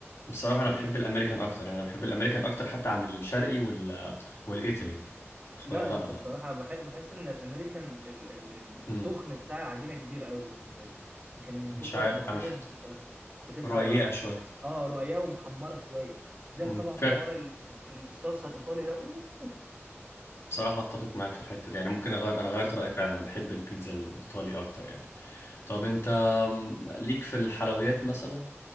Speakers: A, on the left; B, on the right.
A: بصراحة انا بحب
B: ايه
A: الامريكان اكتر يعني انا بحب الامريكان اكتر حتى عن الشرقي وال والايطالي فلا
B: لا
A: لا
B: يا اسطى بصراحة بح- بحس إن الأمريكان ال- ال- ال-
A: امم
B: التخن بتاع العجينة كبير قوي بالنسبة لي لكن المفروض
A: مش
B: بتاع
A: عارف
B: الإيطاليان
A: انا ح-
B: بتبقى بتبقى
A: رقيقة شوية
B: اه رقيقة ومحمرة شوية زي
A: امم
B: طبعا حوار
A: فيك
B: ال- ال- الصلصة الإيطالي ده أوه
A: بصراحة اتفق معاك في الحتة دي يعني ممكن اغير انا غيرت رأيي فعلا انا بحب البيتزا الايطالي اكتر يعني طب انت أم، ليك في الحلويات مثلا